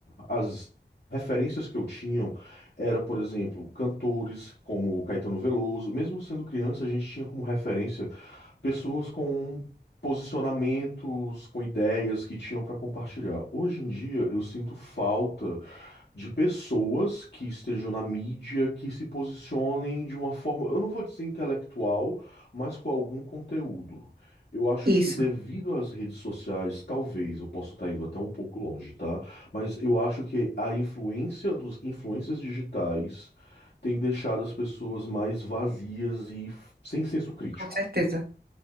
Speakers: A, on the left (about 70°); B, on the right (about 60°).
A: as referências que eu tinha era, por exemplo, cantores como Caetano Veloso. Mesmo sendo criança, a gente tinha como referência pessoas com posicionamentos, com ideias que tinham para compartilhar. Hoje em dia, eu sinto falta de pessoas que estejam na mídia, que se posicionem de uma forma, eu não vou dizer intelectual, mas com algum conteúdo. Eu acho
B: Isso,
A: que devido às redes sociais, talvez, eu posso estar indo até um pouco longe, tá? Mas eu acho que a influência dos influências digitais tem deixado as pessoas mais vazias e f- sem senso crítico.
B: com certeza.